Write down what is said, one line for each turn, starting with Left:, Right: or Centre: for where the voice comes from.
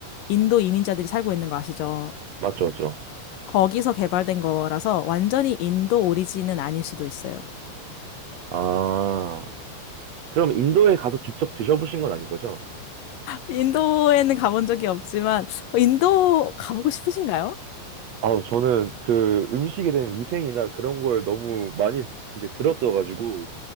Left: 인도 이민자들이 살고 있는 거 아시죠?
Right: 맞죠, 맞죠.
Left: 거기서 개발된 거라서 완전히 인도 오리진은 아닐 수도 있어요.
Right: 아, 그럼 인도에 가서 직접 드셔보신 건 아닌 거죠?
Left: 인도에는 가본 적이 없지만 어, 인도 가보고 싶으신가요?
Right: 아우, 저는 그 음식에 대한 위생이나 그런 걸 너무 많이 이제 들었어가지고,